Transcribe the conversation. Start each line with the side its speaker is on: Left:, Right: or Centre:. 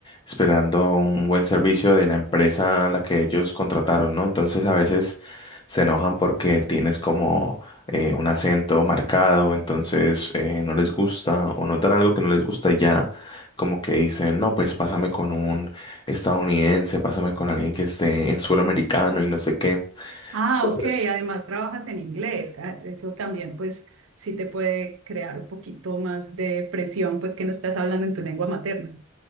Left: esperando un buen servicio de la empresa a la que ellos contrataron, ¿no? Entonces a veces se enojan porque tienes como eh, un acento marcado, entonces eh, no les gusta o notan algo que no les gusta y ya como que dicen, no, pues pásame con un estadounidense, pásame con alguien que esté en suelo americano y no sé qué.
Right: Ah,
Left: Entonces,
Right: ok. Además trabajas en inglés. Ah, Eso también, pues, sí te puede crear un poquito más de presión, pues que no estás hablando en tu lengua materna.